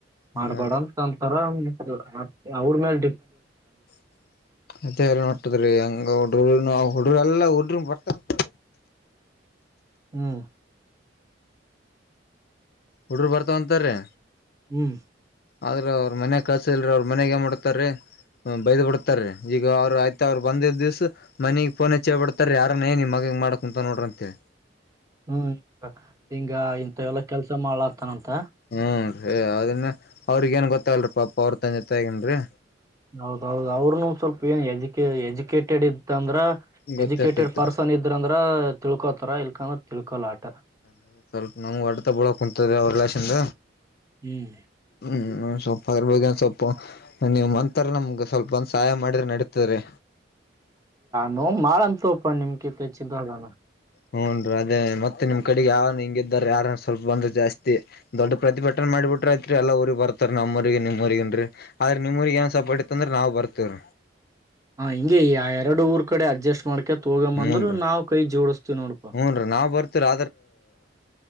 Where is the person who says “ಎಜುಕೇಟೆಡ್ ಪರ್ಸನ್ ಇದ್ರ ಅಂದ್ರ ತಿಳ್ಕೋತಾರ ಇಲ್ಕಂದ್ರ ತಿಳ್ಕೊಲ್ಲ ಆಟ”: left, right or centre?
Right